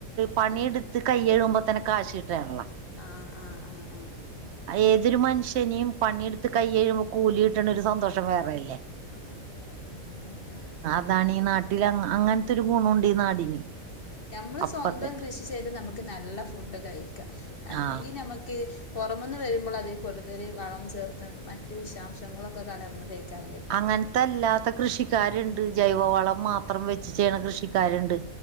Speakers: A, on the right; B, on the left.
A: പണിയെടുത്ത് കയ്യെഴുമ്പോ തന്നെ കാശ് കിട്ടാണള്ള
B: ആഹ് ആഹ് ആഹ് ആഹ്
A: ഏതൊരു മനുഷ്യനിം പണിയെടുത്ത് കൈ കഴിയുമ്പോൾ കൂലി കിട്ടണ ഒരു സന്തോഷം വേറെ അല്ലേ
B: അത് വേറെ തന്നെ ഉം ഉം
A: അതാണ് ഈ നാട്ടില് അങ്ങനത്തെ ഒരു ഗുണുണ്ട് ഈ നാടിന്
B: നമ്മള്
A: അപ്പ
B: സ്വന്തം
A: തന്നെ
B: കൃഷി ചെയ്ത് നമുക്ക് നല്ല ഫുഡ് കഴിക്കാം അല്ലെങ്കിൽ
A: ആ
B: നമക്ക് പുറമെന്ന് വരുമ്പോൾ അതിൽ കടുതൽ വളം ചേർത്ത് മറ്റ് വിഷാംശങ്ങളൊക്കെ കലർന്നതെയ്കാരം കിട്ട
A: അങ്ങനത്ത അല്ലാത്ത കൃഷിക്കാരുണ്ട് ജൈവ വളം മാത്രം വെ ചെയ്യ്ണ കൃഷിക്കാരുണ്ട്